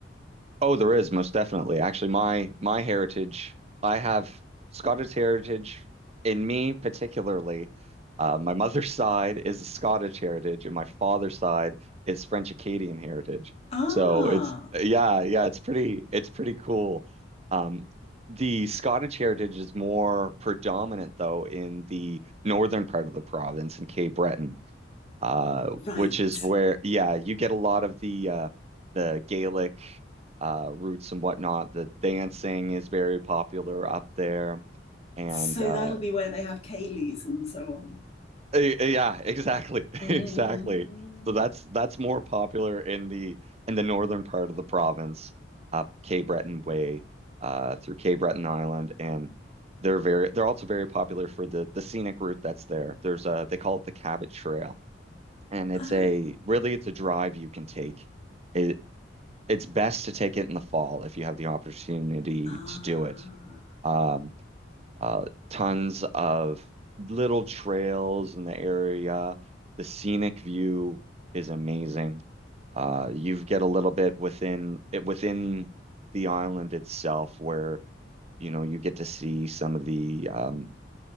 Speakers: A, on the right; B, on the left.
A: Oh, there is most definitely. Actually, my my heritage, I have Scottish heritage in me particularly. Uh, my mother's <laughs> side is a Scottish heritage, and my father's side is French Acadian heritage.
B: Ah,
A: So it's yeah, yeah, it's pretty it's pretty cool. Um, the Scottish heritage is more predominant though in the northern part of the province in Cape Breton uh,
B: right.
A: which is where, yeah, you get a lot of the uh, the Gaelic uh, roots and whatnot. The dancing is very popular up there, and
B: So
A: uh,
B: that'll be where they have Cayleys and so on.
A: eh, eh, yeah, exactly, <laughs>
B: Mm.
A: exactly. So that's that's more popular in the in the northern part of the province, up Cape Breton Way, uh, through Cape Breton Island, and they're very they're also very popular for the the scenic route that's there. There's a they call it the Cabot Trail and it's
B: Oh,
A: a really it's a drive you can take. It it's best to take it in the fall if you have the opportunity
B: Ah,
A: to do it. Um, uh, tons of little trails in the area. The scenic view is amazing. Uh, you get a little bit within it within the island itself where you know you get to see some of the um,